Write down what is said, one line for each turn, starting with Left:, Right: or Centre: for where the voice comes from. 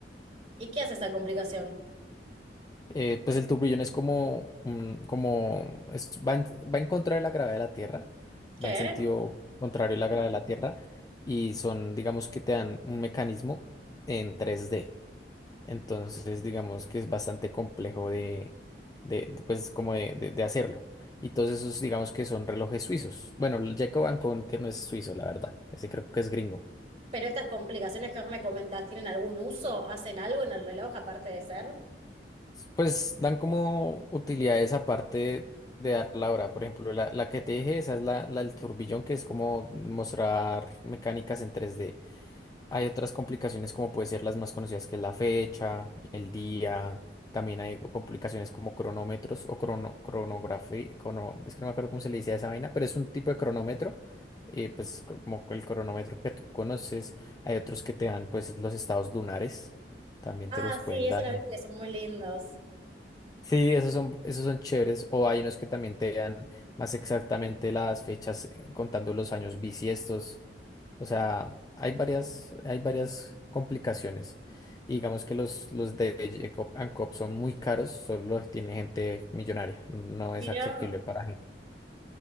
Right: ¿Y qué hace esta complicación?
Left: Eh, pues el turbillón es como, mm, como es- va en, va en contra de la gravedad de la Tierra,
Right: ¿Qué?
Left: va en sentido contrario a la gravedad de la Tierra, y son, digamos que te dan un mecanismo en 3D. Entonces, digamos que es bastante complejo de, de- de, pues, como de, de- de hacerlo. Y todos esos, digamos que son relojes suizos. Bueno, el Jacob Ancon, que no es suizo, la verdad. Ese creo que es gringo.
Right: ¿Pero estas complicaciones que vos me comentás tienen algún uso? ¿Hacen algo en el reloj aparte de ser?
Left: Pues dan como utilidades aparte de dar la hora. Por ejemplo, la, la que te dije, esa es la, la del turbillón, que es como mostrar mecánicas en tres d Hay otras complicaciones como puede ser las más conocidas que es la fecha, el día, también hay complicaciones como cronómetros o crono, cronografía, es que no me acuerdo cómo se le dice a esa vaina, pero es un tipo de cronómetro, eh, pues como el cronómetro que tú conoces, hay otros que te dan pues los estados lunares, también
Right: Ah,
Left: te los pueden
Right: sí, esos
Left: dar,
Right: los vi que son muy lindos.
Left: Sí, esos son, esos son chéveres. O hay unos que también te dan más exactamente las fechas eh, contando los años bisiestos. O sea, hay varias, hay varias complicaciones. Y digamos que los, los de Jacob and Coop son muy caros, solo los tiene gente millonaria. No
Right: Mirá.
Left: es accesible para gente.